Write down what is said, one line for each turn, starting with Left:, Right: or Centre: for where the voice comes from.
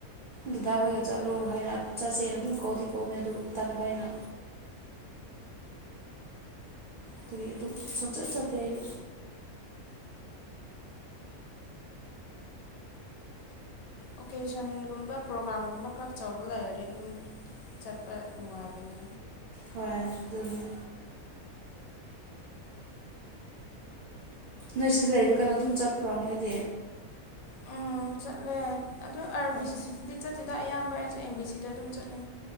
Right: ꯗꯥꯗꯥꯈꯣꯏꯒ ꯆꯠꯂꯣ ꯍꯥꯏꯅ ꯆꯠꯁꯦꯅ ꯑꯗꯨꯝ ꯀꯧꯗꯤ ꯀꯧꯕꯅꯤ ꯑꯗꯨ ꯇꯟꯕ ꯑꯩꯅ ꯑꯗꯨꯒꯤ ꯑꯗꯨꯝ ꯁꯨꯝꯆꯠ ꯆꯠꯇꯦ ꯑꯩꯗꯤ
Left: ꯑꯣꯀꯦꯁꯟꯒꯨꯝꯕ ꯄ꯭ꯔꯣꯒ꯭ꯔꯥꯝꯒꯨꯝꯕ ꯈꯛ ꯆꯥꯎꯕ ꯂꯩꯔꯗꯤ ꯑꯗꯨꯝ ꯆꯠꯄ ꯅꯨꯡꯉꯥꯏꯕꯅꯦ
Right: ꯍꯣꯏ ꯑꯗꯨꯅꯤ ꯅꯣꯏꯁꯤꯗ ꯂꯩꯕ ꯀꯩꯅꯣ ꯑꯗꯨꯝ ꯆꯠꯄ꯭ꯔꯣ ꯅꯣꯏꯗꯤ
Left: ꯎꯝ ꯆꯠꯂꯦ ꯑꯗꯣ ꯑꯥꯔ
Right: ꯑꯣ
Left: ꯕꯤ ꯁꯤ ꯁꯤꯗꯗꯤ ꯆꯠꯇꯦꯗ ꯑꯌꯥꯝꯕ ꯑꯦꯁ ꯑꯦꯝ ꯕꯤ ꯁꯤꯗ ꯑꯗꯨꯝ ꯆꯠꯂꯦ